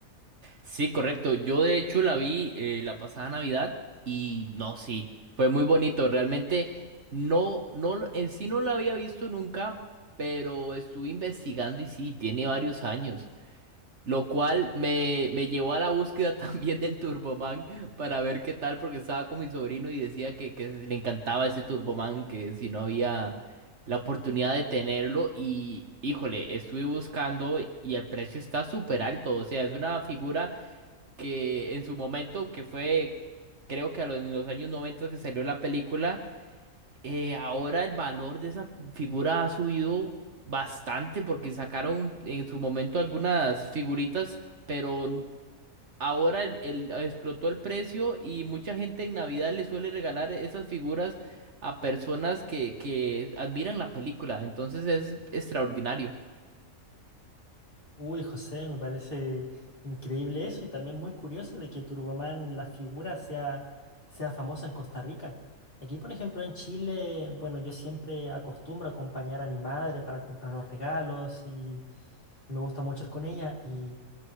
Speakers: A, on the right; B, on the left.
A: Sí, correcto. Yo de hecho la vi eh, la pasada Navidad y no, sí, fue muy bonito. Realmente no, no, lo- en sí no la había visto nunca, pero estuve investigando y sí, tiene varios años. Lo cual me, me llevó a la búsqueda <laughs> también del Turboman para ver qué tal, porque estaba con mi sobrino y decía que, que le encantaba ese Turboman, que si no había la oportunidad de tenerlo. Y híjole, estuve buscando y el precio está súper alto. O sea, es una figura que en su momento, que fue, creo que a los, en los años 90 que salió la película. Eh, ahora el valor de esa figura ha subido bastante porque sacaron en su momento algunas figuritas, pero n- ahora el- el- explotó el precio y mucha gente en Navidad le suele regalar esas figuras a personas que, que admiran la película. Entonces es extraordinario.
B: Uy, José, me parece increíble eso y también muy curioso de que Turboman, la figura, sea, sea famosa en Costa Rica. Aquí, por ejemplo, en Chile, bueno, yo siempre acostumbro a acompañar a mi madre para comprar los regalos y, y me gusta mucho ir con ella. Y